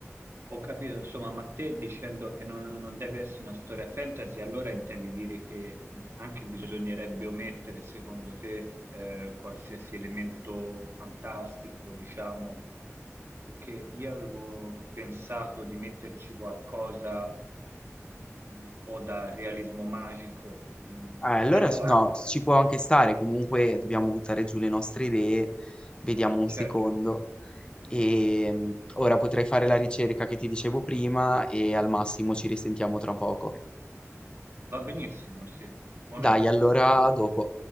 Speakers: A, on the right; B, on the left.
A: Ho capito, insomma, ma te dicendo che non, non deve essere una storia fantasy, allora intendi dire che anche bisognerebbe omettere, secondo te, eh, qualsiasi elemento fantastico, diciamo, perché io avevo pensato di metterci qualcosa mm, un po' da realismo magico, mm,
B: Ah, allora
A: però
B: s no,
A: eh,
B: ci può anche stare, comunque dobbiamo buttare giù le nostre idee, vediamo un
A: certo,
B: secondo. Ehm, ora potrei fare la ricerca che ti dicevo prima e al massimo ci risentiamo tra poco.
A: va benissimo, sì, buona
B: Dai,
A: idea.
B: allora a dopo.